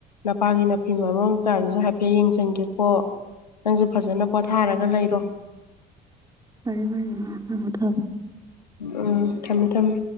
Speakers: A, on the left (about 80°); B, on the right (about 15°).
A: ꯅꯄꯥꯒꯤ ꯅꯥꯐꯤ ꯃꯔꯣꯟ ꯀꯌꯥꯗꯨꯁꯨ ꯍꯥꯏꯐꯦꯠ ꯌꯦꯡꯁꯤꯟꯒꯦꯀꯣ꯫ ꯅꯪꯁꯨ ꯐꯖꯅ ꯄꯣꯊꯥꯔꯒ ꯂꯩꯔꯣ꯫
B: ꯐꯔꯦ - ꯐꯔꯦ ꯏꯃꯥ ꯊꯝꯃꯣ - ꯊꯝꯃꯣ꯫
A: ꯎꯝ ꯊꯝꯃꯦ- ꯊꯝꯃꯦ꯫